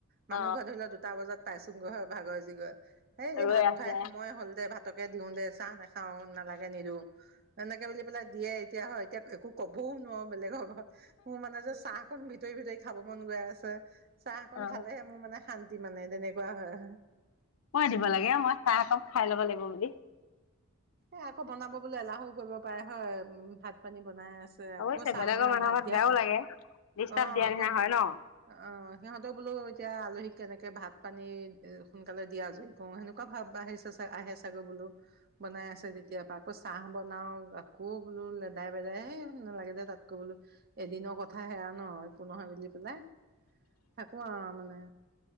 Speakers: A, on the right (about 45°); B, on the left (about 70°).
A: মানুহ
B: অ
A: ঘৰ ধৰি লও দুটা বজাত পাইছুং গৈহে ভাগৰ জীগৰ সেই এই
B: ৰৈ
A: ভাত
B: আছে
A: খুৱাই সময় হ'ল দে ভাত ভাতকে দিওঁ দে চাহ নাখাও নালাগে নিদো এনেকে বুলি পেলাই দিয়ে এতিয়া হয় এতিয়া একো কবও নোৱাৰো বেলেগৰ ঘৰত মোৰ মানে যে চাহ খন ভিতৰি ভিতৰি খাব মন গৈ আছে চাহকন
B: অ
A: খালেহে মোৰ মানে শান্তি মানে তেনেকুৱা হয়
B: কই দিব লাগে মই চাহ এককাপ খাই ল'ব লাগিব হনে
A: এ আকৌ বনাব বোলে এলাহ কৰিব পাৰে হয় উ ভাত ভাত পানী বনাই আছে
B: অৱশ্যে
A: আকৌ চাহ
B: বেলেগৰ
A: বন
B: মানুহৰ
A: ভাত
B: ঘৰত
A: দিয়া
B: বেয়াও
A: খ
B: লাগে। ডিষ্টাৰ্ব
A: অ
B: দিয়া
A: আকৌ
B: নিচিনা হয় ন?
A: অ সিহঁতেও বোলো এতিয়া আলহী কেনেকে ভাত পানী এ সোনকালে দিয়া আজৰি কো সেনেকুৱা ভাব আহিছে আহে চাগৈ বোলো বনাই আছে তেতিয়া পৰা আাকচ চাহ বনাও আকৌ বোলো লেদাই বেদাইে নালাগে দে তাতকৈ বোলো এদিনৰ কথা সেয়া ন একো নহয় বুলি পেলাই থাকো আহ মানে